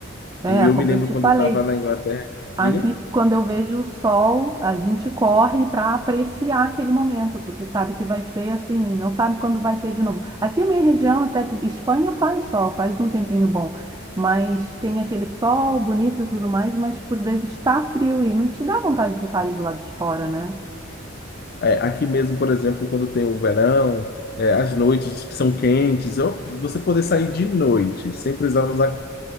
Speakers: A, on the right; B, on the left.
A: É,
B: E eu
A: como
B: me lembro
A: eu te
B: quando
A: falei,
B: eu estava na Inglaterra,
A: aqui
B: diga.
A: quando eu vejo o sol, a gente corre para apreciar aquele momento, porque sabe que vai ser assim, não sabe quando vai ter de novo. Aqui a minha região, até que Espanha faz sol, faz um tempinho bom, mas tem aquele sol bonito e tudo mais, mas por vezes está frio e não te dá vontade de estar ali do lado de fora, né?
B: É, aqui mesmo, por exemplo, quando tem o verão, é, as noites que são quentes, eu- você poder sair de noite, sem precisar usar.